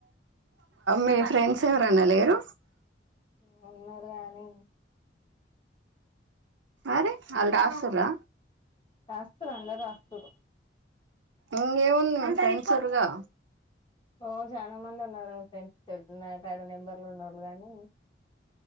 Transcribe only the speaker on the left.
మన్నూర కానీ
రాస్తర అల రాస్తర
ఓ చాలా మంది ఉన్నారు ఫ్రెండ్స్ తెలుసు నా కడ నెంబర్లు ఉండళ్ళ గానీ